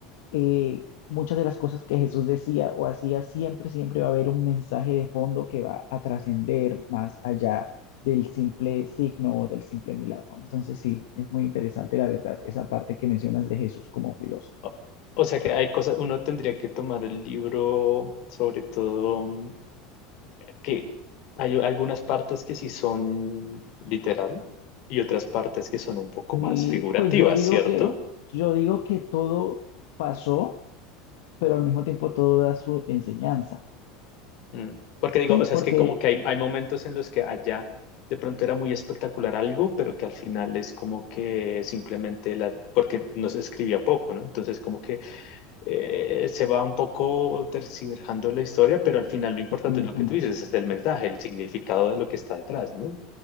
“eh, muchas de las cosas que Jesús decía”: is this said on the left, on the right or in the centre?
Left